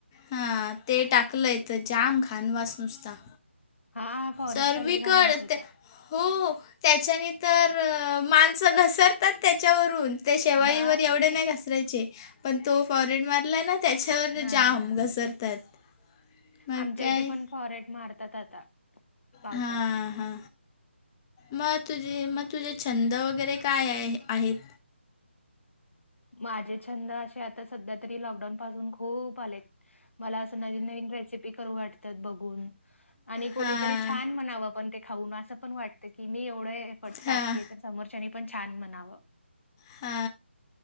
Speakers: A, on the left; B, on the left.
A: हा ते टाकलंय जाम घाणवास नुसता.
B: हां, फॉरेस्टचा
A: सर्विकटते.
B: लय घाण वास येतो.
A: हो त्याच्याने तर अ माणसं घसरतात त्याच्यावरून. त्या शेवाईवर
B: बापरे!
A: एवढे नाही घसरायचे पण तो फॉरेन मारलाय ना त्याच्यावर
B: हां.
A: जाम. घसरतात मग
B: आमच्या
A: काय.
B: इथे पण फॉरेट मारतात आता. पावसाळ्यात.
A: हा हा, मग तुझे मग तुझे छंद वगैरे काय आहे आहेत.
B: माझे छंद असे आता सध्या तरी लॉकडाऊन पासून खूप आले. मला असं नवीन नवीन रेसिपी करू वाटतात बघून. आणि कोणीतरी
A: हां,
B: छान म्हणावं पण ते खाऊन असं पण वाटत की मी एवढं हे एफर्ट्स
A: हां,
B: टाकते तर समोरच्यानी पण छान म्हणावं.
A: हा.